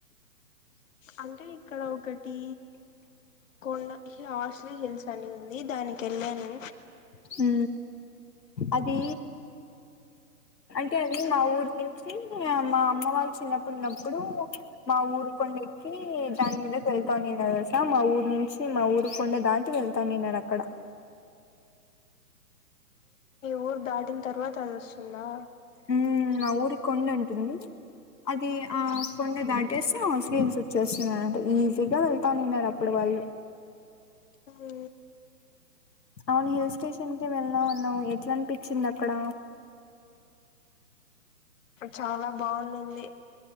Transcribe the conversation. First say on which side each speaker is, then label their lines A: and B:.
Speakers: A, on the left; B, on the left.
A: అంటే ఇక్కడ ఒకటి టి కొండ హాస్లీ హిల్స్ అని ఉంది. దానికి వెళ్ళాను.
B: హు అది అంటే అది మా ఊరు నుంచి మా అమ్మ వాళ్ళు చిన్నప్పుడున్నప్పుడు మా ఊరు కొండ ఎక్కి దాని మీద వెళ్తా తన్నారు కసా మా ఊరు నుంచి మా ఊరు కొండ దాటి వెళ్తా తన్నారు అక్కడ
A: ఊ దాటిన తర్వాత అది వస్తుందా
B: మ్మ్ మా ఊరి కొండ ఉంటుంది. అది ఆ కొండ దాటి ట్టేసి హౌస్లీన్స్ వచ్చేస్తున్నానటు ఈజీగా వెళ్తాను ఉన్నారు అప్పుడు వాళ్ళు
A: హు
B: అవును హిల్ స్టేషన్ క వెళ్దాం అన్నావు ఎట్లా అనిపించింది అక్కడ
A: చాలా బాగుంది.